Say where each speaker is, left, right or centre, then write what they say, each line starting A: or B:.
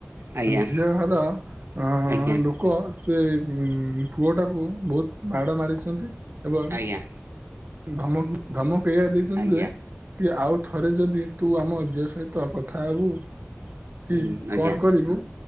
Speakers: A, on the right; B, on the right.
A: ଆଜ୍ଞା
B: ଝିଅ ଘର <inaudible>
A: ଆଜ୍ଞା
B: ଲୋକ ସେ ପୁଅଟାକୁ ବହୁତ୍ ମାଡ଼ ମାରିଛନ୍ତି ଏବଂ
A: ଆଜ୍ଞା।
B: ଧମକ, ଧମକ ଏଇଆ ଦେଇଛନ୍ତି
A: ଆଜ୍ଞା
B: ଯେ, କି ଆଉ ଥରେ ଯଦି, ତୁ ଆମ ଝିଅ ସହିତ କଥା ହେବୁ। କି
A: ହୁଁ ଆଜ୍ଞା
B: କଣ କରିବୁ,